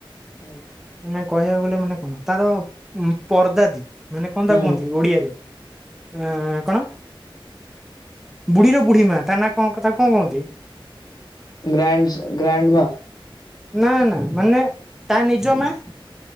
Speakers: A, on the left; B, in the centre.
A: ହଁ
B: ମାନେ କହିବାକୁ ଗଲେ ମାନେ କଣ ତାର ପର୍ଦା ଦି ମାନେ କଣ ତାକୁ କୁହନ୍ତି
A: ହୁଁ
B: ଓଡିଆରେ ଅ କଣ ବୁଢୀର ବୁଢ଼ୀ ମା ତା ନା କଣ କଥା କଣ କହନ୍ତି
A: ଗ୍ରାଣ୍ଡସ ଗ୍ରାଣ୍ଡ ମା
B: ନା ନା ମାନେ ତା ନିଜ ମା